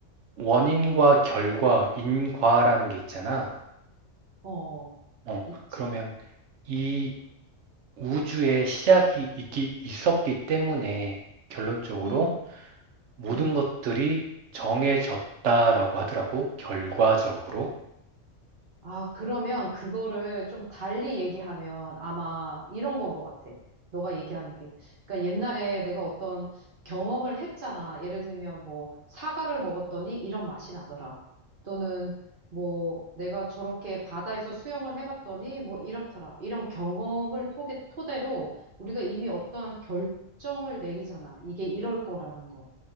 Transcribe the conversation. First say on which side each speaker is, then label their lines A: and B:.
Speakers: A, on the right (about 70°); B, on the right (about 45°).
A: 원인과 결과, 인과라는 게 있잖아.
B: 어.
A: 어,
B: 있지.
A: 그러면 이 우주의 시작이 있기, 있었기 때문에 결론적으로
B: 음.
A: 모든
B: 음.
A: 것들이 정해졌다라고 하더라고. 결과적으로.
B: 아, 그러면 그거를 좀 달리 얘기하면 아마 이런 건 것 같아. 너가 얘기하는 게. 그러니까 옛날에 내가 어떤 경험을 했잖아. 예를 들면 뭐 사과를 먹었더니 이런 맛이 나더라. 또는 뭐 내가 저렇게 바다에서 수영을 해봤더니 뭐 이렇더라. 이런 경험을 토 토대로 우리가 이미 어떠한 결정을 내리잖아. 이게 이럴 거라는 거.